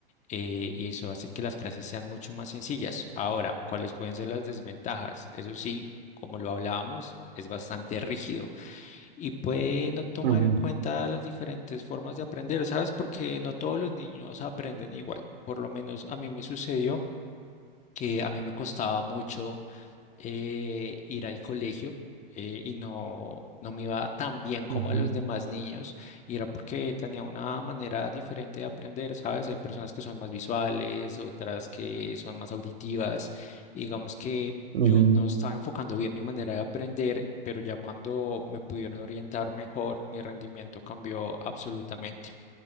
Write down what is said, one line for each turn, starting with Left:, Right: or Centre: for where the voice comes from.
Left: eh, y eso hace que las clases sean mucho más sencillas. Ahora, ¿cuáles pueden ser las desventajas? Eso sí, como lo hablábamos, es bastante rígido y puede no tomar
Right: Ujú,
Left: en cuenta las diferentes formas de aprender, ¿sabes? Porque no todos los niños aprenden igual. Por lo menos a mí me sucedió que a mí me costaba mucho eh, ir al colegio eh, y no, no me iba tan bien como
Right: ujú,
Left: a los demás niños y era porque tenía una manera diferente de aprender, ¿sabes? Hay personas que son más visuales, otras que son más auditivas, y digamos que...
Right: ujú.
Left: Yo no estaba enfocando bien mi manera de aprender, pero ya cuando me pudieron orientar mejor, mi rendimiento cambió absolutamente.